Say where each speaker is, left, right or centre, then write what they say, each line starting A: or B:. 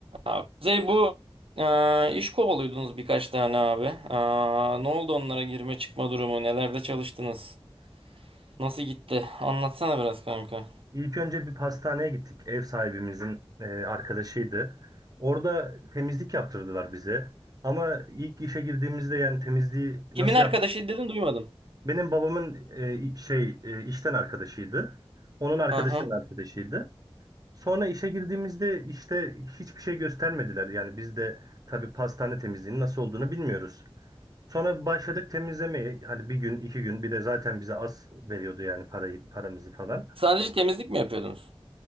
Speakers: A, on the right; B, on the right.
A: Abi, Kuzey bu e, iş kovalıyordunuz birkaç tane abi. E, ne oldu onlara girme çıkma durumu? Nelerde çalıştınız? Nasıl gitti? Anlatsana biraz kanka.
B: İlk önce bir pastaneye gittik. Ev sahibimizin e, arkadaşıydı. Orada temizlik yaptırdılar bize. Ama ilk işe girdiğimizde yani temizliği nasıl
A: Kimin arkadaşı
B: yap?
A: dedin duymadım.
B: Benim babamın e, şey e, işten arkadaşıydı. Onun arkadaşının
A: Hı hı.
B: arkadaşıydı. Sonra işe girdiğimizde işte hiçbir şey göstermediler. Yani biz de tabii pastane temizliğinin nasıl olduğunu bilmiyoruz. Sonra başladık temizlemeye. Hani bir gün, iki gün bir de zaten bize az veriyordu yani parayı, paramızı falan.
A: Sadece temizlik mi yapıyordunuz?